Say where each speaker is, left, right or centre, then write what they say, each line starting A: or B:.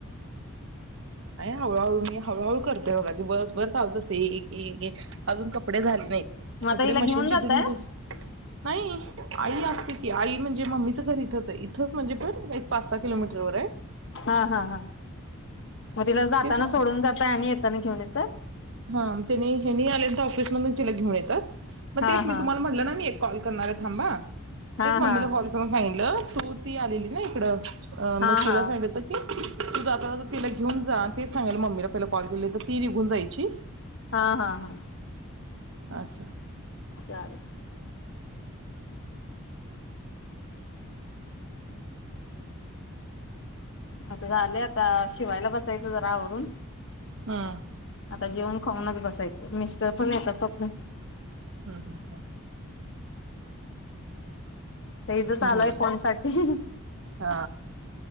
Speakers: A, on the right; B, on the left.
A: आहे हळूहळू मी हळूहळू करते बघा दिवसभर चालूच असतय एक एक एक अजून कपडे झाले नाहीत.
B: मग आता
A: कपडे
B: हिला घेऊन
A: मशीनची
B: जातय
A: धुवून झा नाही आई असते की आई म्हणजे मम्मीच घर इथंच आहे. इथच म्हणजे पण एक पाच सहा किलोमीटर वर आहे.
B: हा हा हा मग तिला जाताना
A: तेच म
B: सोडून जातय आणि येताना घेऊन येताय.
A: हा त्यानी हेनी आल्यांत ऑफिस मधून तिला घेऊन येतात. मग
B: हा
A: तेच मी
B: हा
A: तुम्हाला म्हटलं ना मी कॉल करणार आहे थांबा.
B: हा
A: तेच मम्मीला
B: हा
A: कॉल करून सांग म्हणलं तु ती आलेली ना इकडं अ मग
B: हा
A: तिला
B: हा
A: सांगत की तू जाता-जात तिला घेऊन जा तेच सांगेल मम्मीला पहिला कॉल केलेली तर ती निघून जायची.
B: हा हा हा
A: अस
B: चालेल आता झालंय आता शिवायला बसायचं जरा आवरून
A: हम्म
B: आता जेवण खाऊनच बसायचं. मिस्टर पण येतात <unintelligible>
A: हम्म हम्म हम्म
B: हे हिचं चालुय
A: झालं
B: फोन साठी
A: हा